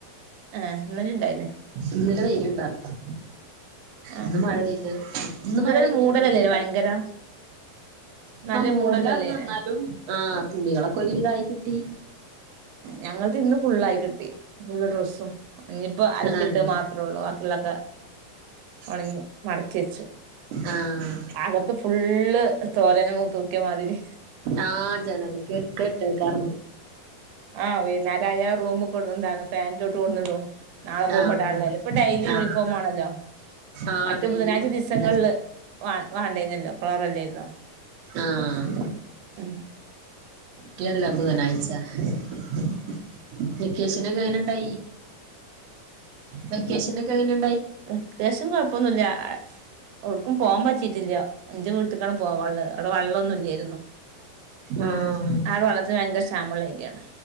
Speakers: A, on the right; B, on the right.
A: ആ ഇന്നാല ഉണ്ടായിന്നേ
B: ഇന്നല വെയിലുണ്ടായിരുന്നു
A: ആഹ്
B: ഇന്ന് മഴ പെയ്ത് ഇന്ന്
A: ഇന്നലെ
B: മഴെയ്തില്ല
A: ഒരു മൂടലല്ലേനോ
B: ഇ വെയയിലായി
A: ഭയങ്കര നല്ലൊരു
B: ആ മൂടലറന്ന്ന്നാലും
A: മൂടലല്ലേനോ
B: ആ തുണികളൊക്കെ ഒരുവിധായി കിട്ടി
A: ഞങ്ങത് ഇന്ന് ഫുുള്ളായി കിട്ടി ഫുള്ള് ഡ്രസ്സും ഇഞ്ഞിപ്പോ മാത്രമുള്ള അലക്കിട്ട
B: ആഹ്
A: മാത്രേ ഉള്ളൂ ബാക്കിയുള്ളൊക്കെ ഉണങ്ങി മടക്കി വെച്ചു
B: ആഹ്
A: ആകത്ത് ഫ ള്ള് തോരന് മ തൂക്കിയ മാതിരി
B: ആഹ ജന്നല്ല കേെട്ട കറ
A: ആ വെകുന്നേരം അയാ റൂമ് കൊടന്നിടും ഫാനിന്റെ ചേവട്ടിൽ കൊണ്ടിടം നാളെ പോകുമ്പോണ്ടാളല്ല
B: ആഹ്
A: ഇപ്പൊ ഡെലി യൂണിഫോം
B: ആഹ്
A: ആണല്ലോ
B: ആഹ്
A: മറ്റ
B: ഡെയിലി
A: ബുധനാഴ്ച
B: യൂണിഫോം
A: ദിവസങ്ങളില് വൺ വേണ്ടുന്നല്ലോ കറല്ലോയിരുന്നോ
B: ആഹ്
A: ഉ
B: കേല് ബുധനാഴ്ച <unintelligible> വെക്കേഷൻ ഒക്കെ എങ്ങനെ ഉണ്ടായി വെക്കേഷൻ ഒക്കെ എങ്ങനെ,
A: വെക്കേഷൻകൊഴപ്പൊന്നുല്ല ഓടുക്കും പോവാൻ പറ്റിട്ടില്ല ന്റെ വീട്ടക്കാണ് പോവാള്ളത് അവിടെ വെള്ളന്നും ഇല്ലായിരുന്നു
B: ആഹ്
A: ആടെ വള്ളത്തിന് ഭയങ്കര ക്ഷാമുള്ള ഏരിയാണ്